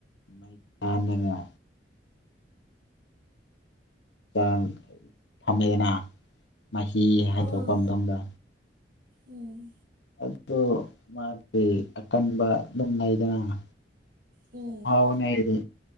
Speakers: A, on the left; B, on the right.
A: ꯃꯩꯇꯥꯟꯅꯒ ꯇꯥꯡ ꯊꯝꯃꯦꯗꯅ ꯃꯍꯤ ꯍꯥꯏꯗꯣꯛꯄ
B: ꯎꯝ
A: ꯃꯇꯨꯡꯗ
B: ꯎꯝ
A: ꯑꯗꯨ ꯃꯥꯗꯤ ꯑꯀꯟꯕ ꯑꯗꯨꯝ ꯂꯩꯗꯅ
B: ꯎꯝ
A: ꯌꯥꯝ ꯍꯥꯎꯕꯅꯦ ꯑꯩꯗꯤ